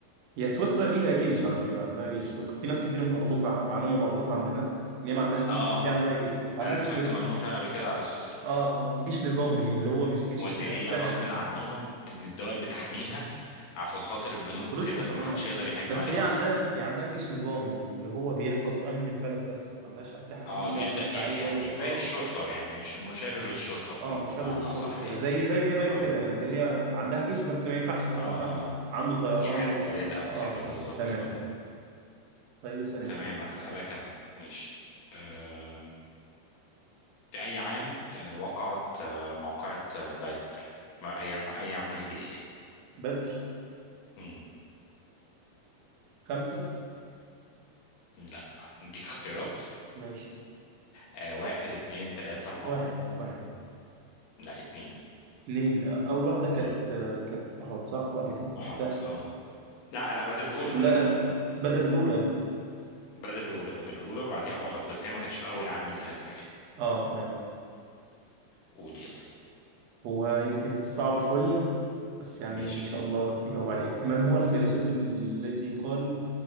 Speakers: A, on the right; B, on the left.
A: هي سويسرا ليها جيش على فكرة عندها جيش في ناس كتير مغلوطة معلومة مغلوطة عند الناس إن هي ما عندهاش جيش
B: اه
A: بس هي عندها جيش بس عندها
B: انا سمعت
A: جيش ن-
B: المعلومه فعلا قبل كده على سويسرا
A: اه آه، جيش نظامي اللي هو مش جيش
B: وان هي
A: أسلحة
B: غصب عنهم ان الدول بتحميها عشان خاطر البنوك
A: فلوسهم
B: وكده فمحدش
A: اه
B: يقدر يهاجم
A: بس
B: عليها
A: هي عندها
B: اصلا
A: هي عندها جيش نظامي اللي هو بيحفظ أمن البلد بس ما عندهاش أسلحة تقيلة
B: اه جيش
A: ومدفعية
B: داخلي يعني
A: واه
B: زي
A: اه
B: الشرطه يعني ش- مشابه للشرطه بم-
A: آه، مشابه
B: بمعنى
A: للشرطة
B: اصح
A: كده
B: يعني
A: زي زي اليابان
B: اه
A: كده اللي هي عندها جيش بس ما ينفعش يبقى
B: اه
A: مثلا
B: اه
A: عنده طيران
B: يحارب
A: و
B: بلاد
A: اه
B: او
A: آه،
B: كده بالظبط
A: تمام
B: اه
A: طيب اسأل انت
B: تمام هسألك انا ماشي آم، في اي عام آه، وقعت آه، موقعة آه، بدر ما- ايام ايام هجري
A: بدر
B: يعني
A: خمسة
B: لا اديك اختيارات
A: ماشي
B: آه واحد اتنين تلاتة أربعة
A: واحد واحد
B: لا اتنين
A: اثنين أول واحدة كانت
B: مم.
A: كانت أحد صح ولا كانت
B: أحد
A: لا
B: اه لا لا بدر الأولى
A: لا
B: بدر
A: لا
B: الأولى
A: بدر الأولى
B: بدر الأولى بدر الأولى بعديها أحد بس هي ما كانتش في أول عام من الهجرة يعني
A: اه تمام
B: قول يلا
A: هو يمكن صعب شوية بس يعني
B: ماشي
A: إن شاء الله تجاوب عليه من هو الفيلسوف الذي قال